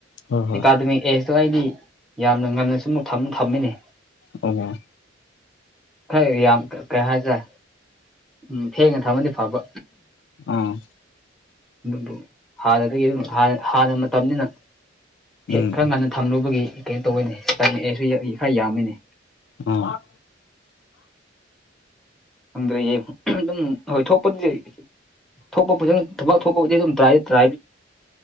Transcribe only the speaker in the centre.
ꯑꯦꯀꯥꯗꯃꯤꯛ ꯑꯦꯖꯇꯨ ꯑꯩꯗꯤ ꯌꯥꯝꯅ ꯉꯟꯅ ꯁꯨꯝ ꯊꯝ ꯊꯝꯃꯤꯅꯦ
ꯈꯔ ꯌꯥꯝ ꯀꯥ ꯀꯥ ꯍꯥꯏꯖꯦ ꯎꯝ ꯊꯦꯡꯅ ꯊꯝꯃꯗꯤ ꯐꯕ
ꯑꯗꯨꯕꯨ ꯍꯥꯗ ꯑꯗꯨꯒꯤ ꯑꯗꯨꯗꯨꯝ ꯍꯥꯟꯅ ꯍꯥꯟꯅ ꯃꯇꯝꯅꯤꯅ ꯍꯦꯛ
ꯈꯔ ꯉꯟꯅ ꯊꯝꯂꯨꯕꯒꯤ ꯀꯩꯅꯣ ꯇꯧꯋꯤꯅꯤꯝꯑ ꯑꯩꯁꯨ ꯈꯔ ꯌꯥꯝꯃꯤꯅꯤ
ꯈꯪꯗ꯭ꯔꯦꯌꯦꯦ ꯑꯗꯨꯝ ꯍꯣꯏ ꯊꯣꯛꯄꯗꯤꯗꯤ ꯊꯣꯛꯄ ꯐꯖ ꯊꯕꯛ ꯊꯣꯛꯄꯕꯨꯗꯤ ꯑꯗꯨꯝ ꯇ꯭ꯔꯥꯏꯗꯤ ꯇꯥꯏ